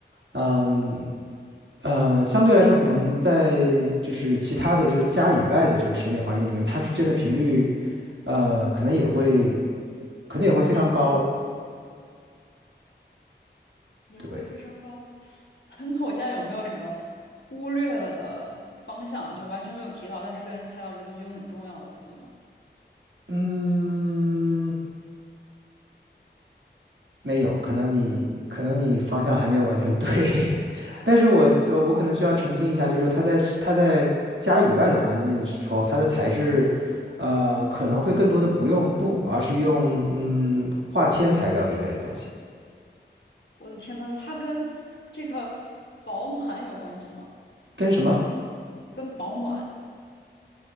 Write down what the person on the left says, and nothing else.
也会非常高。
<laughs> 那我现在有没有什么忽略了的方向，就完全没有提到，但是跟猜到这个东西又很重要的部分吗？
我的天呐，它跟这个保暖有关系吗？
跟保暖